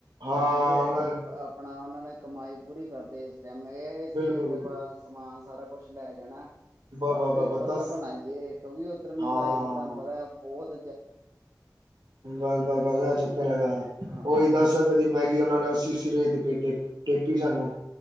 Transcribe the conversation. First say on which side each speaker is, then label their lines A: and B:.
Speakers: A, on the right (about 80°); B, on the right (about 45°).
A: ਹਾਂ
B: ਮੈਂ ਕਿਹਾ ਅਰੇ
A: ਉਹਨਾਂ ਨੇ
B: ਆਪਣਾ ਉਹਨਾਂ ਨੇ ਕਮਾਈ ਪੂਰੀ ਕਰਦੇ ਇਸ ਟਾਈਮ, ਮੈ ਇਸੇ
A: ਬਿਲਕੁਲ
B: ਕਰਕੇ ਆਪਾਂ
A: ਬਿਲਕੁਲ
B: ਸਮਾਨ ਸਾਰਾ ਕੁਛ ਲੈ ਜਾਣਾ।
A: ਬ
B: ਆਪੇ
A: ਬ
B: ਖੁਦ
A: ਬ ਦੱਸ
B: ਬਣਾਈਏ ਕਿਉਂਕਿ ਉੱਧਰ ਮਹਿੰਗਾਈ
A: ਹਾਂ
B: ਤੁਹਾਨੂੰ ਪਤਾ ਬੋਤ
A: ਬਸ, ਬਸ, ਬਸ, ਇਹ ਚੱਕਰ ਹੈਗਾ,
B: ਹਾਂ ਹਾਂ
A: ਊਈਂ ਦਸ
B: ਜਿ-
A: ਰੁਪਏ ਦੀ ਮੈਗੀ ਉਹ ਨੇ ਅੱਸੀ ਅੱਸੀ ਰੁਪਏ ਪੇਟੀ ਟੇਪੀ ਸਾਨੂੰ